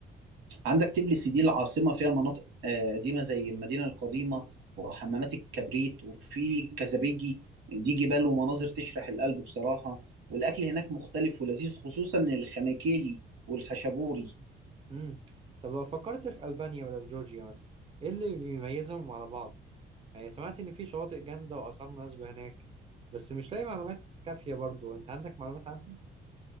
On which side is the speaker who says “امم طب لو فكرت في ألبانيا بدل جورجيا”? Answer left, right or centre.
Right